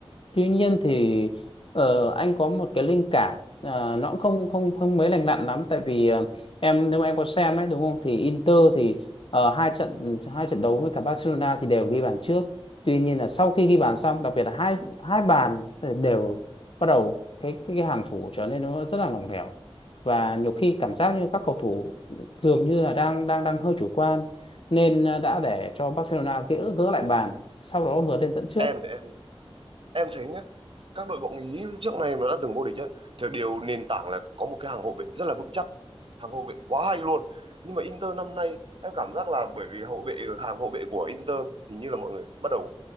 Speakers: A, on the left (about 60°); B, on the right (about 60°).
A: tuy nhiên thì ờ, anh có một cái linh cảm ờ, nó cũng không không không mấy lành lặn lắm tại vì ờ, em nếu mà em có xem ấy đúng không thì Inter thì ờ, hai trận hai trận đấu với cả Barcelona thì đều ghi bàn trước tuy nhiên là sau khi ghi bàn xong đặc biệt là hai hai bàn thì đều bắt đầu cái cái, cái hàng thủ trở nên nó rất là lỏng lẻo và nhiều khi cảm giác như các cầu thủ dường như là đang đang đang hơi chủ quan nên à, đã để
B: Đúng không?
A: cho Barcelona gỡ gỡ lại bàn sau đó vượt lên dẫn trước
B: Em thì em em thấy nhá, các đội bóng Ý trước này mà đã từng vô địch á thì điều nền tảng là có một cái hàng hậu vệ rất là vững chắc hàng hậu vệ quá hay luôn nhưng mà Inter năm nay em cảm giác là bởi vì hậu vệ hàng hậu vệ của Inter hình như là mọi người bắt đầu